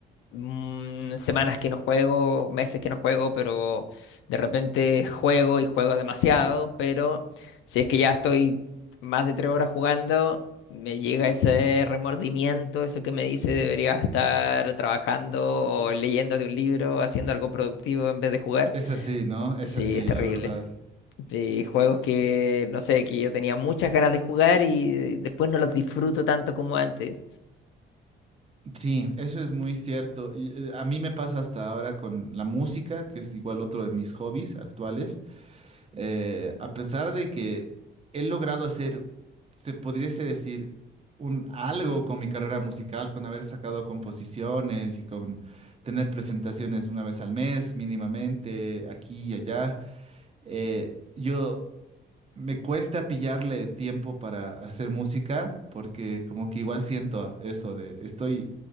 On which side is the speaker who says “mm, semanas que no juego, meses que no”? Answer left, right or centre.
Left